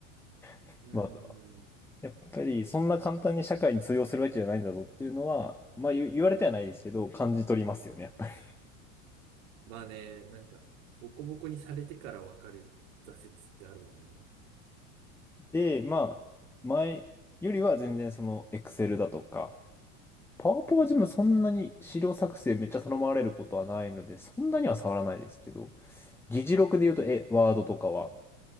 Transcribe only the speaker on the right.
うんうん。
まあね、なんか、ボコボコにされてからわかる挫折ってあるもんね。